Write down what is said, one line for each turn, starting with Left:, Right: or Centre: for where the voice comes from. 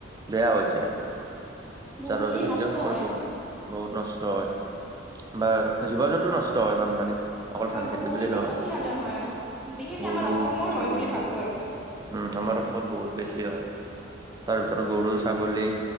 Right: বেয়া হৈ যায়
Centre: বহুখিনি
Right: যাৰ বাবে খেতিয়কসকল
Centre: নষ্ট হয়।
Right: বহু বহুত নষ্ট হয়, বা জীৱ জন্তু নষ্ট হয় বানপানীত। অকল
Centre: হয়
Right: ধান
Centre: বহুখিনি
Right: খেতি বুলি নহয়,
Centre: ক্ষতিসাধন হয় বিশেষকে
Right: গৰু
Centre: আমাৰ অসমৰ
Right: ছাগলী
Centre: হয় বুলি ভাবো আৰু
Right: উম, আমাৰ অসমত বহুত বেছি হয়। তাৰ ভিতৰত গৰু ছাগলী